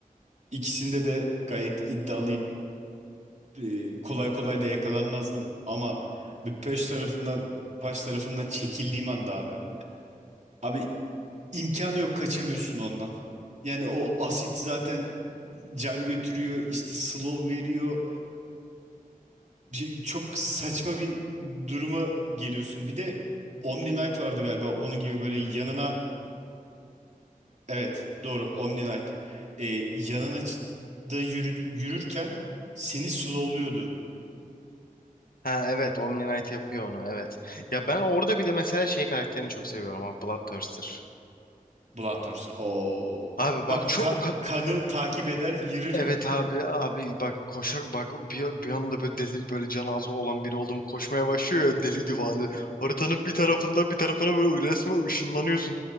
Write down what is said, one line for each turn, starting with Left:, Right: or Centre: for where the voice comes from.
Right: ikisinde de gayet iddialıyım. E, kolay kolay da yakalanmazdım ama bir Pöş tarafından Paş tarafından çekildiğim anda abi. Abi İmkanı yok kaçamıyorsun ondan. Yani o asit zaten can götürüyor, işte slow veriyor. Bir- Çok saçma bir duruma geliyorsun. Bir de Omni Knight vardı galiba onun gibi böyle yanına evet doğru Omni Knight. Ee, yanına ç- da yürü, yürürken seni slowluyordu
Left: Ha evet Omni Knight yapıyor onu evet. Ya ben orada bir de mesela şey karakterini çok seviyorum ama Bloodthirster.
Right: Bloodthirster. Oo.
Left: Abi
Right: Ka-
Left: bak çok
Right: ka- kanı takip eder yürür.
Left: Evet abi abi bak koşar bak bir, bir anda böyle deli böyle can ağzı olan biri oldum koşmaya başlıyor ya deli divane. Haritanın bir tarafından bir tarafına böyle resmen ışınlanıyorsun.